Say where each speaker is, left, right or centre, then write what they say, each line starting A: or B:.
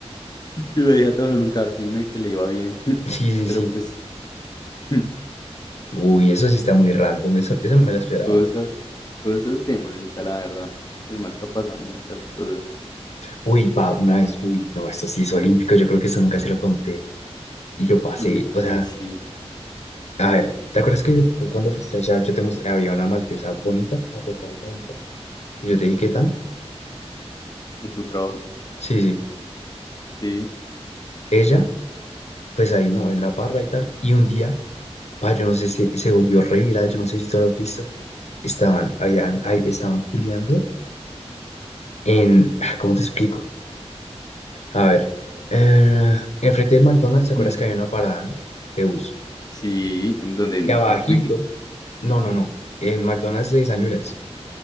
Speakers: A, on the left; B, on the left.
A: Y que la dejé trabajar en un casino y que le iba bien. <laughs>
B: Sí,
A: Pero
B: sí, sí.
A: pues, <laughs>
B: Uy, eso sí está muy random, eso, eso no me lo esperaba.
A: cosas, cosas de Malta, la verdad. En Malta pasaron muchas cosas.
B: Uy, pa, una vez, uy, no, esto sí es olímpico, yo creo que eso nunca se lo conté. Y yo pasé,
A: Uy, ¿cómo
B: o sea,
A: así?
B: A ver, ¿te acuerdas que tú cuando fuiste allá, yo te mostré, había una maltesa bonita, acuerpadita bonita, que yo te dije qué tan?
A: ¿En tu trabajo?
B: Sí, sí.
A: Sí.
B: Ella, pues ahí, ¿no? En la parra y tal. Y un día, pa, yo no sé si se volvió re viral, yo no sé si tú lo has visto. Estaban, habían, ahí estaban culeando en, ah, ¿cómo te explico? A ver, eh, enfrente del McDonald's, ¿te acuerdas
A: <laughs>
B: que había una parada, ¿no? De bus.
A: Sí, ¿en dónde? ¿En,
B: Y abajito,
A: en Swiki?
B: no, no, no, en McDonald's de San Julián,